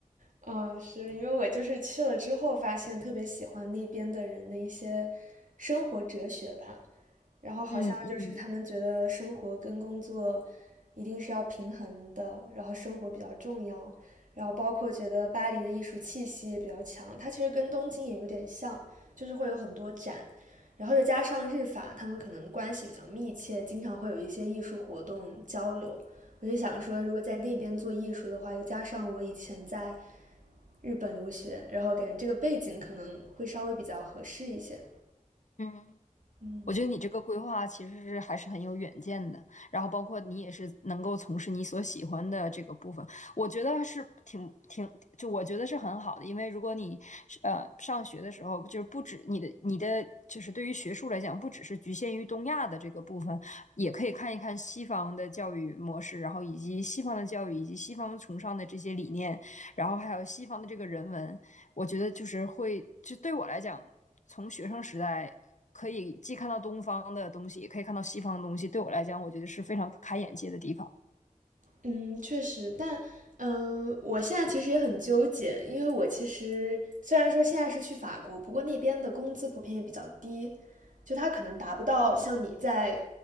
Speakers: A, on the right (about 70°); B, on the left (about 65°).
A: 嗯，是因为我就是去了之后发现特别喜欢那边的人的一些生活哲学吧，然后好像就是他们觉得生活跟工作
B: 嗯嗯
A: 一定是要平衡的，然后生活比较重要，然后包括觉得巴黎的艺术气息也比较强，它其实跟东京也有点像，就是会有很多展，然后又加上日法，他们可能关系比较密切，经常会有一些艺术活动交流，我就想说，如果在那边做艺术的话，又加上我以前在日本留学，然后感觉这个背景可能会稍微比较合适一些。
B: 嗯。
A: 嗯，
B: 我觉得你这个规划其实是还是很有远见的，然后包括你也是能够从事你所喜欢的这个部分，我觉得是挺挺，就我觉得是很好的，因为如果你是呃上学的时候，就是不止你的你的就是对于学术来讲，不只是局限于东亚的这个部分，也可以看一看西方的教育模式，然后以及西方的教育以及西方崇尚的这些理念，然后还有西方的这个人文，我觉得就是会，就对我来讲，从学生时代可以既看到东方的东西，也可以看到西方的东西，对我来讲，我觉得是非常开眼界的地方。
A: 嗯，确实，但嗯，我现在其实也很纠结，因为我其实虽然说现在是去法国，不过那边的工资普遍也比较低，就它可能达不到像你在